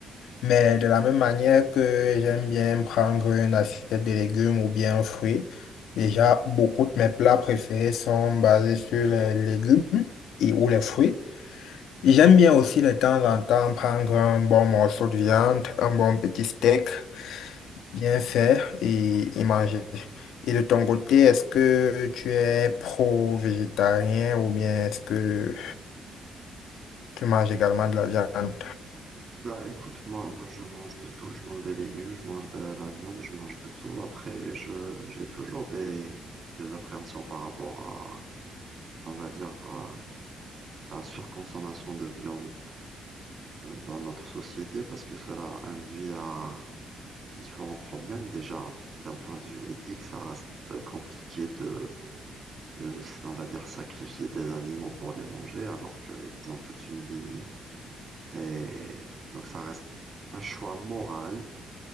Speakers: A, on the left; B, on the right.
A: Mais de la même manière que j'aime bien prendre une assiette de légumes ou bien un fruit, déjà beaucoup de mes plats préférés sont basés sur les légumes et ou les fruits. J'aime bien aussi de temps en temps prendre un bon morceau de viande, un bon petit steak bien fait et, et manger. Et de ton côté, est-ce que tu es pro-végétarien ou bien est-ce que tu manges également de la viande?
B: Bah écoute, moi, moi je mange de tout, je mange des légumes, je mange de la viande, je mange de tout. Après, je j'ai toujours des, des appréhensions par rapport à, on va dire, à la surconsommation de viande euh, dans notre société parce que cela induit à différents problèmes. Déjà, d'un point de vue éthique, ça reste compliqué de euh, on va dire, sacrifier des animaux pour les manger alors qu'ils ont toute une vie. Et donc ça reste un choix moral.